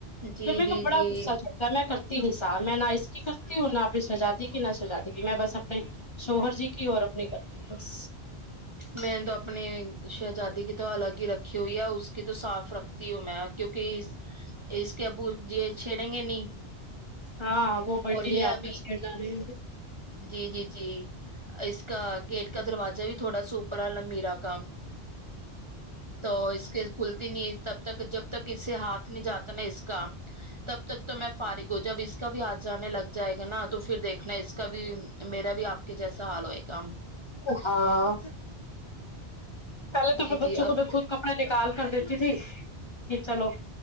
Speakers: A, on the right; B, on the left.
A: جی
B: پھر میں
A: جی
B: کو بڑا
A: جی
B: غصہ چلتا ہے میں کرتی نہیں سا میں نہ اس کی کرتی ہوں نہ سجا دی نہ سجا دی گی میں بس اپنے شوہر جی کی اور اپنے گھر بس
A: میں نے تو اپنی شہزادی کی تو الگ ہی رکھی ہوئی ہے اس کی تو صاف رکھتی ہوں میں کیونکہ اس کے ابو یہ چھیڑیں گے نہیں
B: ہاں وہ بٹن
A: اور یہ ابھی
B: آپس کر ڈا رہے
A: جی جی جی اس کا گیٹ کا دروازہ بھی تھوڑا سوپر ہے لمبیرا کا تو اس کے کھلتی نہیں تب تک جب تک اسے ہاتھ نہیں جاتا نا اس کا تب تک تو میں فارغ ہوں جب اس کا بھی ہاتھ لگ جائے گا نا تو پھر دیکھنا اس کا بھی میرا بھی آپ کے جیسا حال کوئی کم
B: ہاں پہل تو اپنے
A: جی جی
B: بچوں کو
A: اب
B: میں خود کپڑے نکال کر دیتے تھی یہ چلو